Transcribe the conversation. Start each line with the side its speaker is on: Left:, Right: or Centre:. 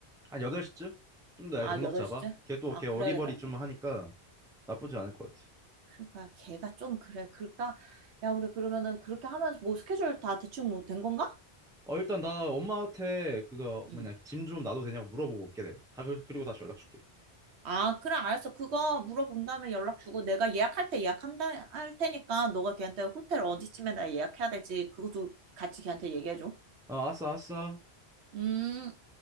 Centre: 한 8시쯤? 좀 더
Right: 아,
Centre: 넉넉
Right: 8시쯤?
Centre: 잡아. 걔 또,
Right: 아,
Centre: 걔 어리버리
Right: 그래야겠다, 그래야겠다.
Centre: 좀 하니까 나쁘지 않을 것 같아.
Right: 그러니까 걔가 좀 그래. 그러니까, 야, 우리 그러면은 그렇게 하면서 뭐 스케줄 다 대충 뭐 된 건가?
Centre: 어, 일단 나 엄마한테 그거 뭐냐,
Right: 응.
Centre: 짐 좀 놔도 되냐고 물어보고 올게, 내가. 다, 그- 그리고 다시 연락 줄게.
Right: 아, 그래, 알았어. 그거 물어본 다음에 연락 주고 내가 예약할 때 예약한다, 할 테니까 너가 걔한테 호텔 어디쯤에다 예약해야 될지 그것도 같이 걔한테 얘기해줘.
Centre: 어, 알았어, 알았어.
Right: 음.